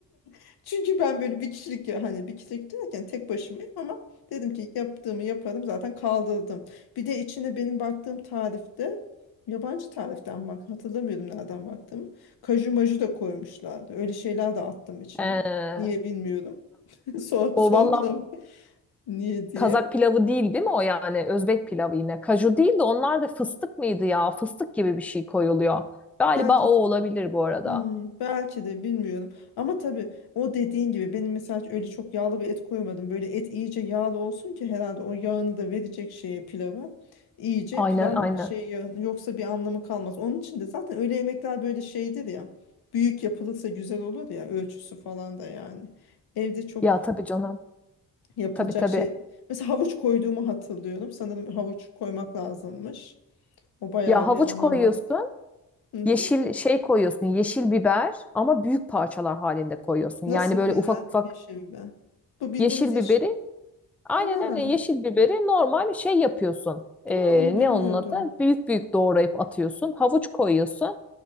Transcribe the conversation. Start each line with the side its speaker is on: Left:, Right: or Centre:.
Left: <laughs> çünkü ben böyle bir kişilik ya hani bir kişilik derken tek başımayım ama dedim ki yaptığımı yaparım zaten kaldırdım. Bir de içine benim baktığım tarifte yabancı tariften bak hatırlamıyorum nereden baktığımı. Kaju maju da koymuşlardı. Öyle şeyler de attım içine.
Centre: Ee,
Left: Niye bilmiyorum. <laughs> Sor,
Centre: O
Left: sorgulam
Centre: valla
Left: <laughs> niye diye.
Centre: Kazak pilavı değil değil mi o yani? Özbek pilavı yine. Kaju değil de onlar da fıstık mıydı ya? Fıstık gibi bir şey koyuluyor. Galiba
Left: Belki
Centre: o olabilir
Left: de.
Centre: bu arada.
Left: Hmm, belki de bilmiyorum. Ama tabii o dediğin gibi benim mesela öyle çok yağlı bir et koymadım. Böyle et iyice yağlı olsun ki herhalde o yağını da verecek şeye pilava. İyice
Centre: Aynen
Left: pilav
Centre: aynen.
Left: şey yağını yoksa bir anlamı kalmaz. Onun için de zaten öyle yemekler böyle şeydir ya. Büyük yapılırsa güzel olur ya ölçüsü falan da yani. Evde çok
Centre: Ya tabii canım.
Left: yapılacak
Centre: Tabii tabii.
Left: şey. Mesela havuç koyduğumu hatırlıyorum. Sanırım havuç koymak lazımmış. O bayağı
Centre: Ya havuç
Left: bir ana
Centre: koyuyorsun.
Left: mad- Hı hı.
Centre: Yeşil şey koyuyorsun. Yeşil biber ama büyük parçalar halinde koyuyorsun.
Left: Nasıl
Centre: Yani böyle
Left: biber?
Centre: ufak ufak
Left: Yeşil biber. Bu bildiğimiz
Centre: yeşil
Left: yeşil.
Centre: biberi Aynen
Left: Ha,
Centre: öyle yeşil biberi normal şey yapıyorsun. Ee,
Left: ha, onu bilmiyordum.
Centre: ne onun adı? Büyük büyük doğrayıp atıyorsun. Havuç koyuyorsun.